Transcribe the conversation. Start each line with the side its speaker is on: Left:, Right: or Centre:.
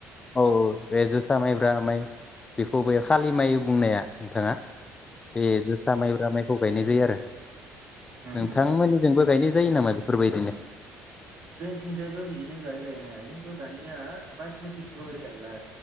Left: औ बे जोसा माइ ब्रा माइ बेखौबो खालि माइ बुंनाया नोंथाङा बे जोसा माइब्रा माइखौ गायनाय जायो आरो
Right: न?
Left: नोंथांमोननिजोंबो गायनाय जायो नामा बे बेफोरबायदिनो
Right: जोंथिंजायबो बिदिनो गायो गायनाया खिन्थु दानिया बायस मुथिसिब ओरै गायला